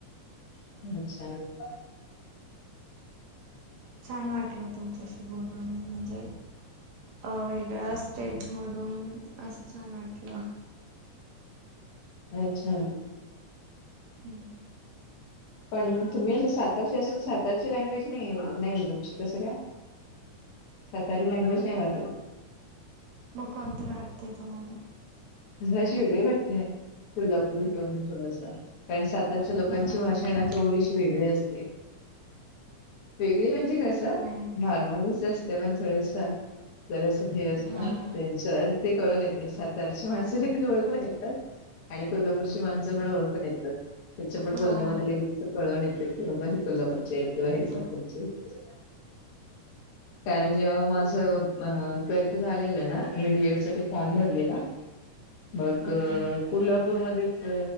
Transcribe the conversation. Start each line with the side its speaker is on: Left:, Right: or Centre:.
Left: <unintelligible>
Right: छान वाटल तुमच्याशी बोलून म्हणजे- <unintelligible> वेगळ्या स्टेटमधून असं छान वाटलं.
Left: <unintelligible> छान ए.
Right: हम्म.
Left: पण तुम्ही असं सातारचे असून सातारची लँग्वेज नाही <unintelligible> नाहीे तुमची कसं काय? सातारी लँग्वेज नाही वाटत.
Right: म कोणती वाटते तुम्हाला?
Left: मला अशी वेगळी वाटते. कोल्हापूरी टोन थोडासा. कारण सात- -रच्या लोकांची
Right: नाही
Left: भाषा ना थोडीशी वेगळी असते. वेगळी म्हणजे कसं?
Right: नाही
Left: नॉर्मलच अस- -ते. पण थोडस बरचस हे असतं
Right: हां
Left: ना त्यांच? ते कळून येते सातार- माणसाला किती ओळखू येतात. आणि कोल्हापूरची माणसं म्हणून ओळखून येतात. त्यांच्या पण
Right: हो
Left: बोलण्यामध्ये
Right: हो
Left: लगेच- कळून येते. की बाबा हे कोल्हापूर - -चे हेत किंवा
Right: हां.
Left: हे <unintelligible> कारण जेव्हा माझ- म ट्वेल्थ झालेलं ना? मी डी एड साठी फॉर्म भरलेला मग-
Right: ओके
Left: कोल्हापूरमध्येच